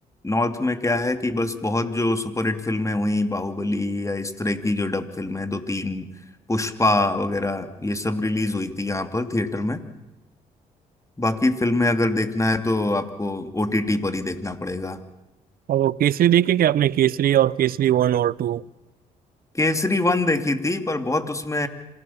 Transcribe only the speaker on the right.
और वो केसरी देखी क्या आपने केसरी और केसरी वन और टू